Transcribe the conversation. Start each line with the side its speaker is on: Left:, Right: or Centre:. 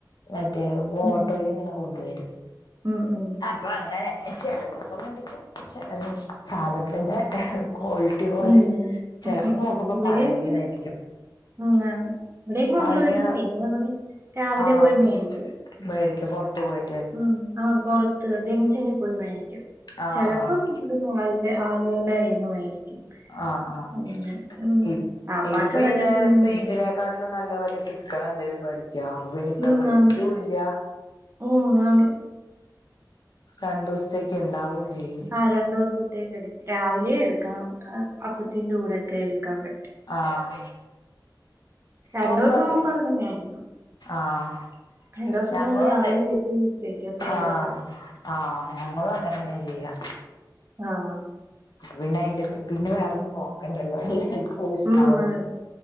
Left: മറ്റേ
Right: ഉം
Left: ഓട്ടോയിലിങ്ങനെ കൊണ്ട് വരും
Right: ഉം ഉം
Left: അപ്പൊ അങ്ങനെ ചില ദിവസം മേടിക്കും ചെല ദിവസം സാധനത്തിന്റെ ക്വാളിറ്റി പോലെ
Right: ഉം
Left: ചെലപ്പോ നോക്കുമ്പോ
Right: ഇവിടെയും
Left: പഴകിയതായിരിക്കും
Right: അങ്ങനെ ഉം ങ ഇവിടെയും കൊണ്ട്
Left: പഴകിയത്
Right: വരും പിന്നെ ഇവിടെയും രാവിലെ
Left: ആഹ്
Right: പോയി മേടിക്കും
Left: മേടിക്കും പൊറത്തു പോയി
Right: ഉം ആഹ് പൊറത്ത് ജംഗ്ഷനി പോയി വേടിക്കും
Left: ആഹ്
Right: ചെലപ്പം
Left: ആഹ്
Right: എന്നിട്ട് മാൾടെ ആ <unintelligible> ളുകളുടെ കൈയ്യിന്ന് മേടിക്കും
Left: ആഹ്- ആഹ്
Right: പിന്നെ ഉം
Left: ഇപ്
Right: വാപ്പാക്ക്
Left: ഇപ്പൊ
Right: നല്ല
Left: ഈ നേരത്ത്
Right: മീൻ വേണം.
Left: ഇതിനേക്കാട്ടില് നല്ല വെല ചി ക്കണ എന്തേലും പറിയും ക്കാം അപ്പൊ പിന്നെ ഇത്ര
Right: ഉം
Left: റേറ്റു
Right: ആന്ന്
Left: ഇല്ല
Right: ഉം ആന്ന്
Left: രണ്ടു ദിവസത്തേക്ക് ഇണ്ടാവും ചെയ്യും
Right: ആഹ് രണ്ടു ദിവസത്തേക്ക് എടുക്ക രാവിലെയും എടുക്കാം അപ്പത്തിന്റെ കൂടെയൊക്കെ എടുക്കാം പറ്റും
Left: ആഹ്
Right: രണ്ടു
Left: തുറന്ന്
Right: ദിവസം
Left: വെക്കട്ടെ
Right: മുമ്പ് അങ്ങനെയായിരുന്നു
Left: ആഹ്
Right: രണ്ടു ദിവസം
Left: ഞങ്ങളും
Right: മുമ്പ് രാവിലെ
Left: അതെ
Right: വെച്ച് ഉച്ചക്കത്തേക്ക്
Left: ആഹ്
Right: എടുത്തത്
Left: ആഹ് ഞങ്ങളും അങ്ങനെ തന്നെ ചെയ്യുക
Right: ആഹ്
Left: പിന്നെ അയിന്റെ പിന്നെ വേറൊന്നും നോക്കണ്ടല്ലോ ടെസ്റ്റാവും
Right: ഉം ആണ്